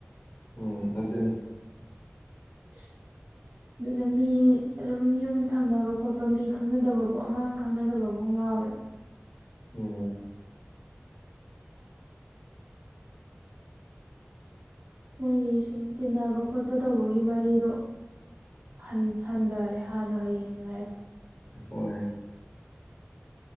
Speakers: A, on the left; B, on the right.
A: ꯎꯝ ꯑꯗꯨꯅꯤ
B: <unintelligible> ꯑꯗꯨꯅ ꯃꯤ ꯑꯗꯨꯝ ꯌꯨꯝ ꯊꯪꯅꯕ ꯈꯣꯠꯄ ꯃꯤ ꯈꯪꯅꯗꯕꯕꯨ ꯑꯉꯥꯡ ꯈꯪꯅꯗꯕꯕꯨ ꯌꯥꯎꯔꯦ
A: ꯎꯝ
B: ꯃꯣꯏ ꯁꯨꯝ ꯇꯤꯟꯅꯕ ꯈꯣꯠꯄ ꯇꯧꯕꯒꯤ ꯃꯔꯤꯗꯣ ꯍꯟ ꯍꯟꯗꯔꯦ ꯍꯥꯟꯅꯒ ꯌꯦꯡꯅꯔꯗꯤ
A: ꯍꯣꯏ